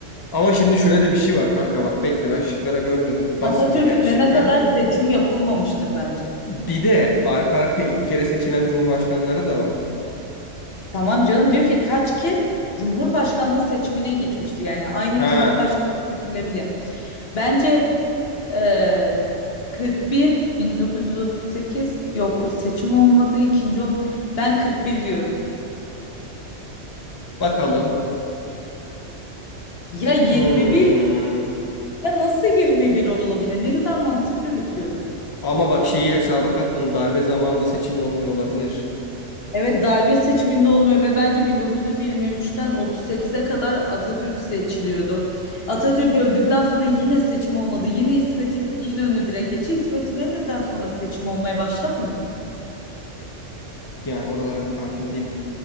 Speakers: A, on the left; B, on the left.
A: Ama şimdi şöyle de bir şey var kanka bak bekle ben şıklara görmedim. Basmayayım
B: Atatürk
A: yani
B: ölene
A: şıkka.
B: kadar seçim yapılmamıştır bence.
A: Bir de arka arkaya iki kere seçilen cumhurbaşkanları da var.
B: Tamam canım diyor ki kaç kez Cumhurbaşkanlığı seçimine gitmişti. Yani aynı
A: Ha.
B: Cumhurbaşkanı seçilebilir. Bence Ee, 41 1938 yok o seçim olmadı ikinci olm ben 41 diyorum.
A: Bakalım.
B: Ya 21
A: Hmm.
B: ya nasıl 21 olabilir? Ne güzel mantık yürütüyorum.
A: Ama bak şeyi hesaba katmadım. Darbe zamanında seçim olmuyor olabilir.
B: Evet darbe seçiminde olmuyor ve bence 1923'ten 38'e kadar Atatürk seçiliyordu. Atatürk öldükten sonra yine seçim olmadı. Yine İsmet İm- İnönü direkt geçti. İsmet İnönü'den sonra seçim olmaya başlamadı mı?
A: Yani oralara çok hakim değilim.